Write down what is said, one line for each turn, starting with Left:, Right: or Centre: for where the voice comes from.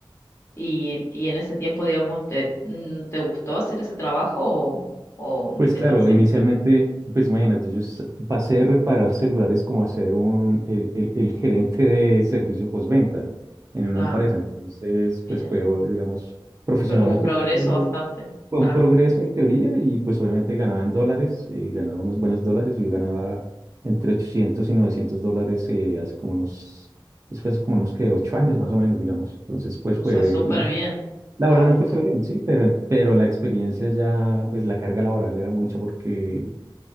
Left: Y, y en ese tiempo, digamos, ¿te, mm, te gustó hacer ese trabajo o, o
Right: Pues
Left: te
Right: claro,
Left: parecía
Right: inicialmente,
Left: más
Right: pues imagínate, yo s- pasé de reparar celulares como a ser un, el, el- el gerente de servicio postventa en una
Left: claro?
Right: empresa. Entonces, pues
Left: Bien.
Right: fue, o- digamos, profesionalmente
Left: Fue como un progreso
Right: fue,
Left: bastante,
Right: fue
Left: claro.
Right: un progreso en teoría y pues obviamente ganaba en dólares, eh, ganaba unos buenos dólares. Yo ganaba entre 800 y 900 dólares eh, hace como unos, después hace como unos que ocho años más o menos, digamos. Entonces, pues
Left: O
Right: fue,
Left: sea, súper
Right: digamos,
Left: bien.
Right: Laboralmente
Left: Claro.
Right: fue bien, sí, pero, pero la experiencia ya, pues la carga laboral era mucha porque